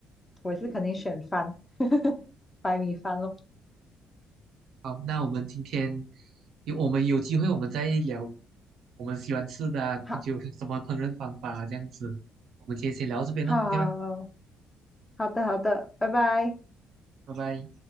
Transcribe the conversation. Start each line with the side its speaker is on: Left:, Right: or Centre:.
Left: 我也是肯定选饭，<laughs> 白米饭咯。
Right: 好，那我们今天有我们有机会，我们再聊我们喜欢吃的啊，
Left: 好，
Right: 就什么烹饪方法啊，这样子。我们今天先聊到这边咯，OK
Left: 好。
Right: 吧，
Left: 好的，好的，拜拜。
Right: 拜拜。